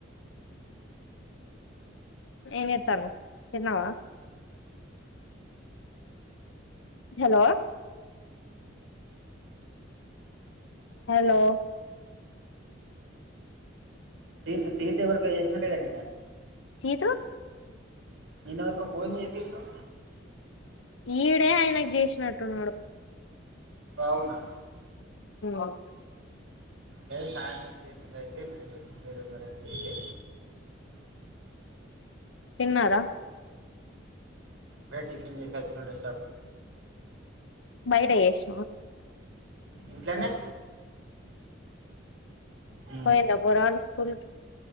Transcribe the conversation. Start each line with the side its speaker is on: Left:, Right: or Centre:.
Left: ఏమిేస్తాను తిన్నావా హలో హలోలో
Right: స సీత ఎ వరకు ఏేస్తు ఉంటేగా ని
Left: సీదు
Right: నిన్నవరకు ఫోన్ చేయతంటు
Left: ఈడే ఆయనకు చేసినట్టున్నాడు
Right: అవునా
Left: ఓకే
Right: నే సాయంత్రం చేసింది అయితే నైట్ ఏడు ఉన్నారండి మీతే
Left: తన్నారా
Right: మ టిఫన్ాంటషా
Left: బయట ఎష్
Right: ఇంట్లోనే ఉమ్,
Left: హ నా బరాల్ స్కూల్